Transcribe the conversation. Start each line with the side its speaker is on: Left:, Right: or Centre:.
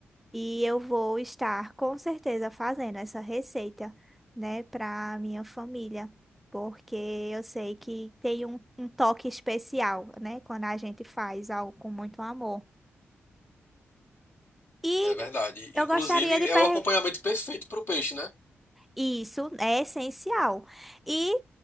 Centre: E eu vou estar com certeza fazendo essa receita, né, para minha família, porque eu sei que tem um, um toque especial, né, quando a gente faz algo com muito amor. E
Left: É verdade.
Centre: eu
Left: Inclusive,
Centre: gostaria de
Left: é
Centre: perguntar.
Left: o acompanhamento perfeito para o peixe, né?
Centre: Isso é essencial. E